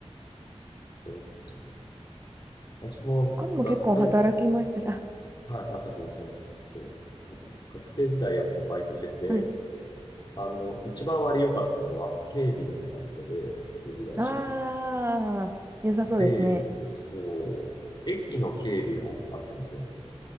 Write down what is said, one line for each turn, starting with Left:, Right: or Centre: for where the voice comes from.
Left: そうか。私も学生、
Right: 他にも結構働きました。あ、
Left: はい、あ、そうそう、私もそうそう。なんか学生時代やっぱバイトしてて、
Right: はい。
Left: あの、一番割良かったのは、警備のバイトで、警備会社の。
Right: ああ、良さそうですね。
Left: で、そう、駅の警備があったんですよ。